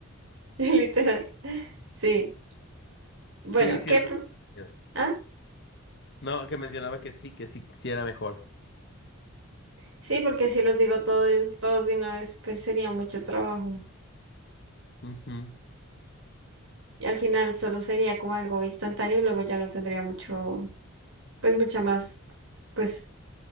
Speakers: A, on the right; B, on the left.
A: Literal. Sí. Bueno,
B: Sí, siento
A: ¿qué? pro-
B: que sí.
A: Ah,
B: No, que mencionaba que sí, que sí, sí era mejor.
A: sí, porque si los digo todos, todos de una vez, pues sería mucho trabajo.
B: Ujú.
A: Y al final solo sería como algo instantáneo y luego ya no tendría mucho, pues mucha más, pues